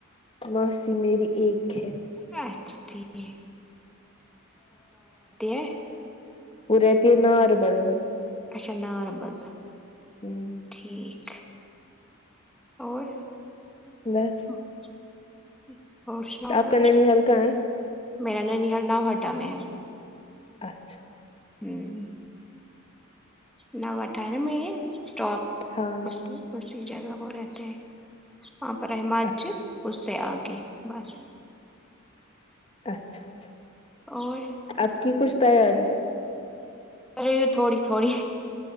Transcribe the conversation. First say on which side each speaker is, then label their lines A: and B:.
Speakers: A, on the left; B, in the centre.
A: ماسی میری ایک ہے
B: ماسی ٹھیک ہے ہے
A: وہ رہتی ہے نا ناربل میں
B: اچھا ناربل
A: ہوں
B: ٹھیک اور
A: بس
B: <inaudible>
A: آپ
B: کچھ
A: کا ننہال کہاں ہے
B: میرا ننہال ناوہٹا میں ہے
A: اچھا
B: ہوں نو ناوہٹا میں ہے اسٹاپ
A: ہاں ہاں
B: اسے اسی جگہ وہ رہتے ہیں وہاں پر ہے مسجد
A: اچھا
B: اس سے آگے بس
A: اچھا اچھا
B: اور
A: آپ کی کچھ تیاری
B: ہوئی ہے تھوڑی تھوڑی